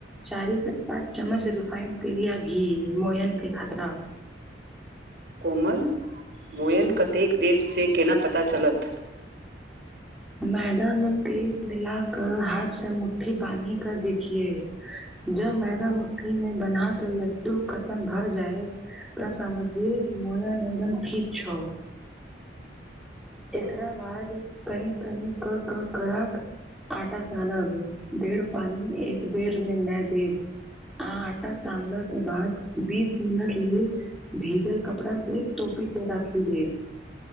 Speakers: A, in the centre; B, on the right (about 55°).
A: चारी स पाँच चम्मच रिफाइन तेलिया घी मोयन के खतरा
B: कोमल मोयन कतेक देब से केना पता चलत
A: मैदा मे तेल मिलाके हाथ से मुट्ठी बान्हि कय देखिहें ज मैदा मुठीमे बनाह ओहिमे लड्डू क सन भऽ जाइ त समझिहें मोयन एकदम ठीक छै। एकरा बाद कनि कनी क क करहक आटा सानब देढ़ पानि एक बेर मे नए देब आ आटा सानलहक के बाद बीस मिनट लेल भीजल कपड़ा से टोपी के राखी देब